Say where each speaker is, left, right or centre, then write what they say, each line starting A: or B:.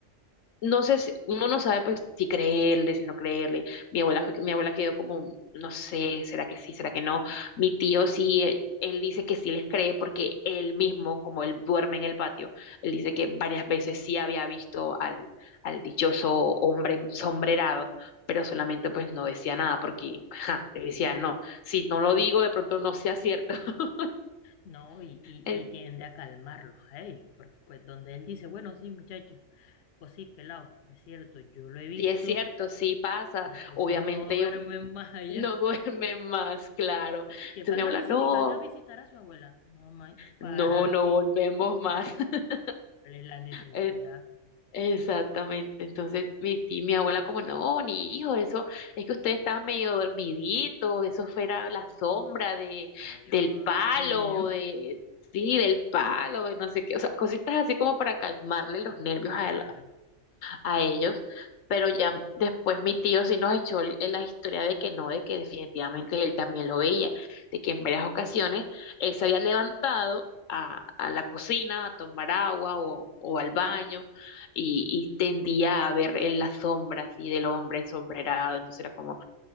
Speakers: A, on the left; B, on the left.
A: no sé si uno no sabe pues si creerle, si no creerle. Mi abuela, mi abuela quedó como, no sé, será que sí, será que no. Mi tío sí, él, él dice que sí les cree porque él mismo, como él duerme en el patio, él dice que varias veces sí había visto al, al dichoso hombre sombrerado, pero solamente pues no decía nada porque, ja, él decía, no, si no lo digo de pronto no sea cierto. <laughs>
B: No, y, y,
A: En-
B: y tiende a calmarlos a ellos, porque pues donde él dice, bueno, sí, muchachos, pues sí, pelado, es cierto, yo lo he visto,
A: Sí, es cierto, sí pasa.
B: son- esos
A: Obviamente,
B: no duermen <laughs> más allá,
A: no <laughs> duerme más, claro.
B: que
A: Entonces
B: van
A: mi abuela,
B: a visit,
A: no,
B: van a visitar a su abuela, no más, ¿para
A: no, no
B: qué?
A: volvemos
B: <laughs>
A: más. <laughs>
B: ¿Cuál es la necesidad?
A: Eh, Exactamente. Entonces mi tía, mi abuela como, no, ni hijo, eso es que usted está medio dormidito, eso fuera la sombra de,
B: Medio
A: del
B: dormido,
A: palo, de, sí, del palo, de no sé qué, o sea, cositas así como para calmarle los
B: <laughs>
A: nervios
B: claro.
A: a, a ellos, pero ya después mi tío sí nos echó el- la historia de que no, de que definitivamente él también lo veía, de que en varias ocasiones él se había levantado a, a la cocina a tomar agua o, o al baño y, y tendía a ver en las sombras y del hombre ensombrerado, entonces era como,